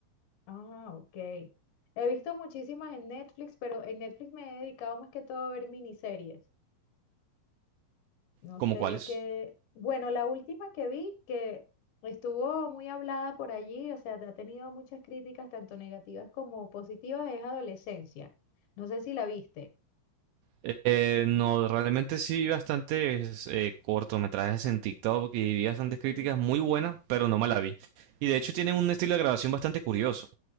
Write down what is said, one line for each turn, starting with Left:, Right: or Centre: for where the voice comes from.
Left: Ah, ok. He visto muchísimas en Netflix, pero en Netflix me he dedicado más que todo a ver miniseries. No
Right: ¿Cómo
Left: sé
Right: cuáles?
Left: qué. Bueno, la última que vi que estuvo muy hablada por allí, o sea, ha tenido muchas críticas, tanto negativas como positivas, es Adolescencia. No sé si la viste.
Right: Eh, no, realmente sí vi bastantes eh, cortometrajes en TikTok y vi bastantes críticas
Left: Mm.
Right: muy buenas, pero no me la vi. Y de hecho tiene un estilo de grabación bastante curioso.